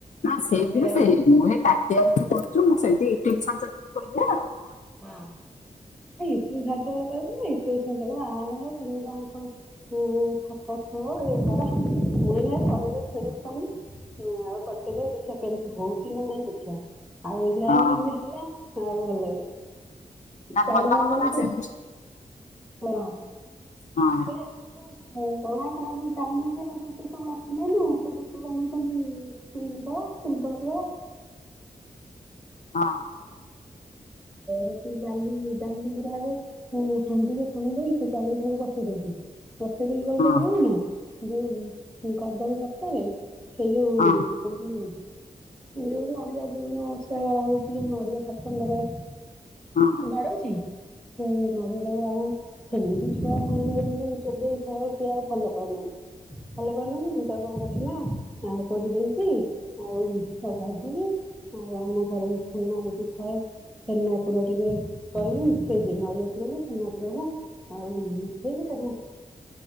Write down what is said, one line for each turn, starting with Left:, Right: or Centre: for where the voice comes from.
Left: ହଁ ସେଇ ଥିବିି
Centre: ଆଉ
Left: ସେ ମୁଁ ଏ ତାଟିଆରେ ତୁ କରୁଚୁ ମୁଁ ସେମିତି ଇଟିଲି ଛାଞ୍ଚରେ ମୁଁ ଥୋଇ ଦିଏ ଆଉ। କଣ।
Centre: ହଁ ନାଇଁ ଇଟିଲି ଛାଞ୍ଚ କଣ କି <unintelligible> ହୁଁ ଥାକ ଥୁଅ ଇଏ କର ମୁଁ କଡ଼େଇ ରେ <unintelligible> ପାଇଁ ଆଉ କରିଦେଲି ଦେଖିଆ କେମିତି ହଉଚି ନା ନାଇଁ ଦେଖିଆ। ଆଉ ନରମ
Left: ହଁ
Centre: ଯେମିତି ହେଲା ଆଉ ଭଲ ଲାଗିଲା।
Left: ନାଁ
Centre: ତାପରେ
Left: ଭଲ
Centre: କଣ
Left: ହବ
Centre: କହିଲୁ
Left: ନା
Centre: ଯୋଉ
Left: ସେମତି ସି
Centre: ହଁ
Left: ହଁ
Centre: <unintelligible> ହଉ କଣ ଆପଣ ଯୋଉ ଜାମୁ ହୁତେ ସବୁ ଆସୁନାହି ନାତ ବିତ ଜଣୁଛନ୍ତି। <unintelligible>
Left: ହଁ।
Centre: ହେଠି ଡାଲି ଡାଲି ଗିରାବେ। ହଁ ସଡିରେ ଶଣି ଦେଇଛି ଚାଲି ତାକୁ ପକେଇଦଉଛି। ବଷେଇ କଣ
Left: ହଁ
Centre: କରିଦଉ
Left: ହଁ
Centre: ନା ଯୋଉ କଦଳୀ ପତ୍ର ରେ ସେଇ ଯୋଉ।
Left: ହଁ
Centre: ଯୋଉ ନଡିଆ ଯୋଉ ବର୍ଷା ବେଳ ହଉଛି ଯ ନଡିଆ। <unintelligible>
Left: ହଁ।
Centre: ଛାଡୁଛି ହୁ ନଡ଼ିଆ ଟାକୁ ଆଉ। ସେମିତି ଛୁଆ କଣ ଏମିତି ଚୋବେଇ ଖାଇବାକୁ କି ଆଉ ଭଲ ପାଉନାହାନ୍ତି ଭଲ ପାଉନାହାନ୍ତି ମୂତା। କଣ କଲିନା କୋରିଦେଇଛିି ଆଉ ଭାଜିବି। ଆଉ ଆମ ଘରେ ଛେନା। ଏ ଛେନାପୁର ଟିକେ କରୀକି ସେଇ ନଡିଆପୁର କୁ ଛେନାପୁରକୁ। ଆଉ ମିଶେଇକି ତାକୁ।